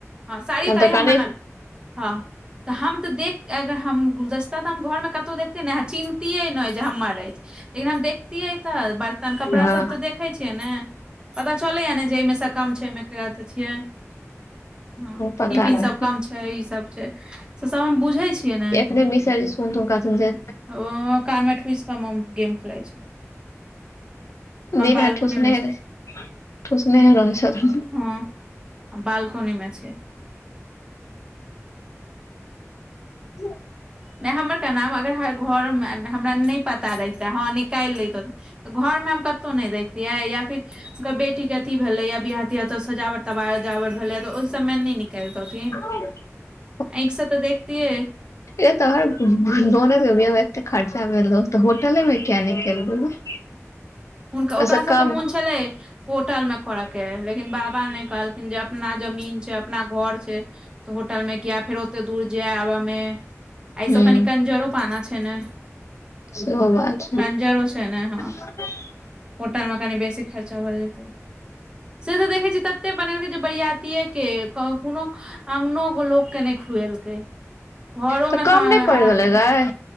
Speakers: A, on the right; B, on the left.
A: हँ साड़ी
B: तऽ
A: तए
B: कहने
A: हम मानल हँ तऽ हम तऽ देख अगर हम गुलदस्ता तऽ हम घर मे कतौ देखते ने अह चिन्तियै नय जे हमर अइछ लेकिन हम देखतियै तऽ बर्तन कपड़ा
B: हँ
A: सब तऽ देखै छियै ने पता चलैय ने जे एहिमे से कम छै एहिमे के तऽ छियै हँ
B: पता
A: टिफिन
B: नहि
A: सब कम छै ईसब छै से सब हम बुझै छियै ने
B: नहि मिसर जी सुनथुन कहथुन जे
A: ओ कानमे ठुसि कऽ मोम गेम खेलाए छैय
B: दिनभरी
A: बालकोनी
B: ठूसनेहे
A: मे
B: रहय
A: छी
B: छय ठुसनेहे
A: हँ
B: रहय छथुन
A: हँ हम बालकोनी मे छी
B: <unintelligible>
A: नहि हमर कहनाम अगर हर घरमे हमरा नहि पता रहिते हँ निकालि लैतो तऽ घर मे हम कतौ नहि देखतियै या फिर कर बेटीके अथी भेलै या बियाह तियाह तऽ सजावट तबा -जावट भेलै तऽ ओहि सब मे नै निकैल तऽ थिन।
B: <unintelligible>
A: ऐंखसँ तऽ देखतिैयै।
B: एक तऽ हर दऽ नै देबै एते खर्च। ताबे लोक तऽ होटले मे <unintelligible>
A: हुनका
B: ओहिसँ
A: ओकरा सबके
B: कम
A: मोन छेल्लै होटल मे करऽ के लेकिन बाबा नै कहलखिन जब- अपना जमीन छै अपना घर छै। तऽ होटल मे किया फेरो ओते दूर जेएय <unintelligible> मे एहि
B: हूँ
A: सब कनी कंजरो पाना छै ने।
B: सेहो बात छै
A: कंजरो छै ने हँ।
B: <unintelligible>
A: होटल में कनि बेसी खर्चा भऽ जेतै से तऽ देखेै छियै तते बनेलकै जे बरियातिये- के कोनो अंगनो के लोक के नै खुएलकै घरो
B: तऽ
A: मे
B: कम
A: कहादिन
B: नहि पड़ि
A: आहाँ
B: गेलै
A: के।
B: गै